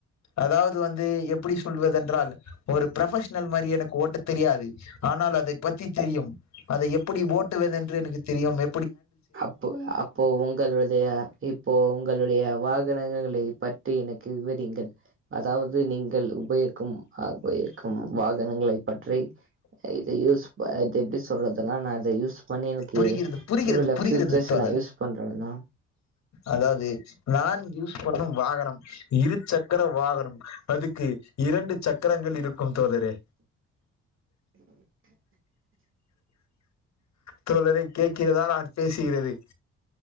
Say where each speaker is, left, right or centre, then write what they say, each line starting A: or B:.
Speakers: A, on the left; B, on the right.
A: அதாவது வந்து எப்படி சொல்வதென்றால் ஒரு ஃப்ரொபஷ்னல் மாரி எனக் ஓட்ட தெரியாது ஆனால் அதை பத்தி தெரியும் அதை எப்படி ஓட்டுவேன் என் எனக்கு தெரியாது
B: அப்போ அப்போ உங்களுடைய இப்போ உங்களுடைய வாகனங்களை பற்றி எனக்கு விவரியுங்கள் அதாவது நீங்கள் உபயோகிக்கும் அங்க இருக்கும் வாகனங்களை பற்றி இது யூஸ் அது எப்படி சொல்றதெல்லாம் நான் அதை யூஸ் பண்ணி எனக்கு
A: புரிகிறது புரிகிறது
B: இவ்ள ஃபியூச்சர்ஸ்
A: தோழர்
B: நான் யூஸ் பண்றேன்னா
A: அதாவது நான் யூஸ் பண்ணும் வாகனம் இரு சக்கர வாகனம் அதுக்கு இரண்டு சக்கரங்கள் இருக்கும் தோழரே தோழரே கேக் கிறதா பேசுக்கிறது